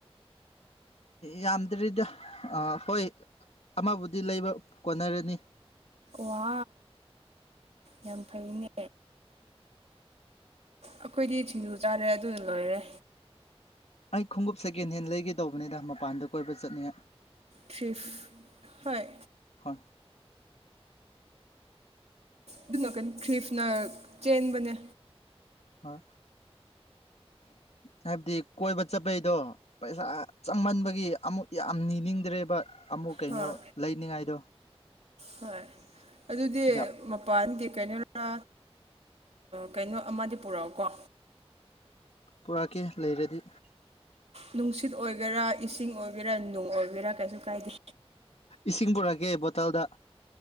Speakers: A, on the left; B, on the right.
A: ꯌꯥꯝꯗ꯭ꯔꯤꯗ ꯑ ꯍꯣꯏ ꯑꯃꯕꯨꯗꯤ ꯂꯩꯕ ꯀꯣꯟꯅꯔꯅꯤ
B: ꯋꯥ ꯌꯥꯝ ꯐꯩꯅꯦ ꯑꯩꯈꯣꯏꯗꯤ ꯁꯤꯡꯖꯨ ꯆꯥꯔꯦ ꯑꯗꯨ ꯂꯣꯏꯔꯦ
A: ꯑꯩ ꯈꯣꯡꯎꯞ ꯁꯦꯀꯦꯟ ꯍꯦꯟ ꯂꯩꯒꯦ ꯇꯧꯕꯅꯤꯗ ꯃꯄꯥꯟꯗ ꯀꯣꯏꯕ ꯆꯠꯅꯤ
B: ꯊ꯭ꯔꯤꯐ ꯍꯣꯏ
A: ꯍꯣꯏ
B: ꯑꯗꯨꯅ ꯀꯩꯅꯣ ꯈ꯭ꯔꯤꯐꯅ ꯆꯦꯟꯕꯅꯦ
A: ꯍꯣꯏ ꯍꯥꯏꯕꯗꯤ ꯀꯣꯏꯕ ꯆꯠꯄꯩꯗꯣ ꯄꯩꯁꯥ ꯆꯪꯃꯟꯕꯒꯤ ꯑꯃꯨꯛ ꯌꯥꯝ ꯅꯤꯅꯤꯡꯗ꯭ꯔꯦꯕ ꯑꯃꯨꯛ ꯀꯩꯅꯣ
B: ꯍꯣꯏ
A: ꯂꯩꯅꯤꯡꯉꯥꯏꯗꯣ
B: ꯍꯣꯏ ꯑꯗꯨꯗꯤ
A: ꯌꯥꯝ
B: ꯃꯄꯥꯟꯒꯤ ꯀꯩꯅꯣꯔ ꯀꯩꯅꯣ ꯑꯃꯗꯤ ꯄꯨꯔꯛꯑꯣꯀꯣ
A: ꯄꯨꯔꯛꯀꯦ ꯂꯩꯔꯗꯤ
B: ꯅꯨꯡꯁꯤꯠ ꯑꯣꯏꯒꯦꯔꯥ ꯏꯁꯤꯡ ꯑꯣꯏꯒꯦꯔꯥ ꯅꯨꯡ ꯑꯣꯏꯒꯦꯔꯥ ꯀꯩꯁꯨ ꯀꯥꯏꯗꯦ
A: ꯏꯁꯤꯡ ꯄꯨꯔꯛꯀꯦ ꯕꯣꯇꯜꯗ